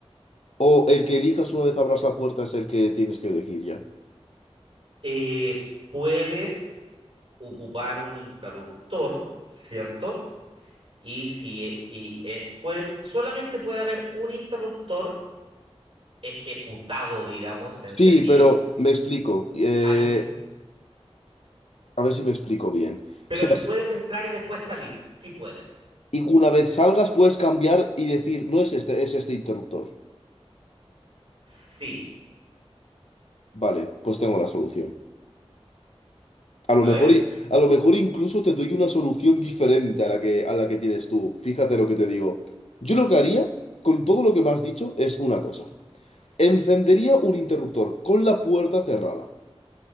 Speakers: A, on the left; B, on the right.
A: ¿O el que elijas una vez abras la puerta es el que tienes que elegir ya?
B: eh, puedes ocupar un interruptor, ¿cierto? Y si eh, y, eh, puedes, solamente puede haber un interruptor ejecutado, digamos, encendido.
A: Sí, pero me explico. eh,
B: al mi-
A: a ver si me explico bien.
B: Pero
A: O sea,
B: si
A: si-
B: puedes entrar y después salir, sí puedes.
A: y una vez salgas puedes cambiar y decir, no es este, es este interruptor.
B: Sí.
A: Vale, pues tengo la solución. A lo
B: A
A: mejor,
B: ver.
A: i- a lo mejor incluso te doy una solución diferente a la que, a la que tienes tú. Fíjate lo que te digo. Yo lo que haría, con todo lo que me has dicho, es una cosa. Encendería un interruptor con la puerta cerrada,